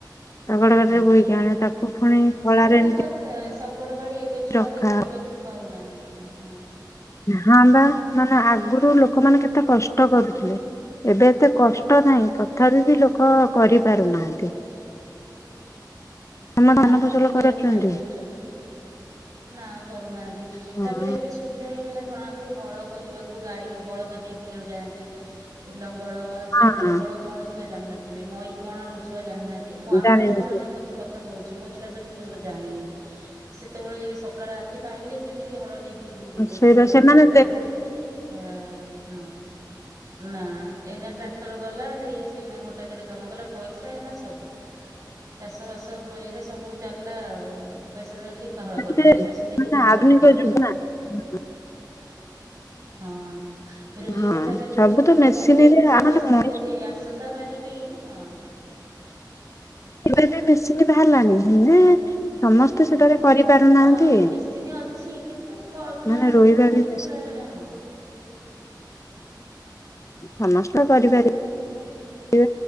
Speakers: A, on the left; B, on the right.
A: ଶଗଡ ଗାଡିରେ
B: ହଁ
A: ବୋହିକି ଆଣେ ତାକୁ ପୁଣି ଖଳାରେ
B: ସବୁ
A: ଏମିତି
B: କଥା ଶଗଡ ଗାଡି ଏବେ ଛୁଆ
A: ରଖା
B: ଦେଖିବାକୁ ପାଉନାହାନ୍ତି ହଁ
A: ହଁ ବା ନହେଲେ ଆଗରୁ ଲୋକମାନେ କେତେ କଷ୍ଟ କରୁଥିଲେ। ଏବେ ଏତେ କଷ୍ଟ ନାହିଁ ତଥାପି ବି ଲୋକ କରିପାରୁନାହାନ୍ତି। ଆମ
B: ନାଁ
A: ଧାନ
B: ପା
A: ଫସଲ
B: ବିଲ
A: କରୁଛନ୍ତି।
B: ଛାଡି ଦଉଛନ୍ତି। ନାଁ କରୁନାହାନ୍ତି
A: ହଁ
B: ତାପରେ ଏବେ ସୁବିଧା ହେଇଗଲା କଣାକରୁ ହଳ କରିବାକୁ ଗାଈ ବଳଦ ନେଇକି ଯୋଉ ଯାଆନ୍ତି। ଲଙ୍ଗଳ ସେ
A: ହଁ
B: ଲଙ୍ଗଳ କଣ ଛୁଆ ଜାଣିନଥିବେ ମଈ କଣ ଛୁଆ ଜାଣିନାହା ମୁଁ ଆମ
A: ଜାଣିନଥିଲେ
B: ଛୁଆ ମାନଙ୍କ କତୁ କହୁଛି ମୋ ଛୁଆ ତ କିଛି ଗୋଟେ ଜାଣିନି ସେତେବେଳେ ସକାଳ ରାତି ପାହିଲେ କେମିତି ହଳ ନେଇକି କି ଯିବୁ ବିଲକୁ
A: ସେଇବା
B: ହଡ
A: ସେମାନେ
B: କରିବା ଆ ହୁଁ।
A: ହ
B: ନା ଏଇନା ଟ୍ରାକ୍ଟର ଗଲା ଏଇ ସେଇନା ଘଣ୍ଟାକରେ କାମ କଲା ପଇସା ଏଇନା ସବୁ। ଚାଷ ବାସ କଇବାରେ ସବୁ ଚାଲିଲା ଆଉ ପଇସା ଦେଇକି କା ହଳ
A: ତାପରେ
B: କରିଦିଅ ପଇସା ଦେଇକି
A: ମାନେ
B: ଧାନ
A: ଆଧୁନିକ
B: କାଟିଦିଅ।
A: ଯୁଗ ନା <unintelligible>
B: ହଁ। ରୋଇବା
A: ହଁ
B: ଟା ଖାଲି
A: ସବୁ
B: ଲୋକ
A: ତ
B: ଟିକେ
A: ମେସିନରେ
B: କରୁଛନ୍ତି
A: ମାନେ
B: ସେ ମେସିନ୍
A: ମଣିଷ
B: ଯଦି ଏ ଆସନ୍ତା ବାହାରିବି ହଁ।
A: ଏବେ ବି ମେସିନ୍ ବାହାରିଲାଣି
B: କରୁଛନ୍ତି।
A: ହେ ସମସ୍ତେ ସେଠାରେ କରିପାରୁନାହାନ୍ତି।
B: ହଁ ମେସିନ୍ ଅଛି କିନ୍ତୁ କରୁନାହାନ୍ତି
A: ମାନେ ରୋଇବା
B: ସମସ୍ତେ
A: ବି ବେଶୀ
B: ପ୍ରାୟ ହଁ।
A: ସମସ୍ତ କରିପାରିବେ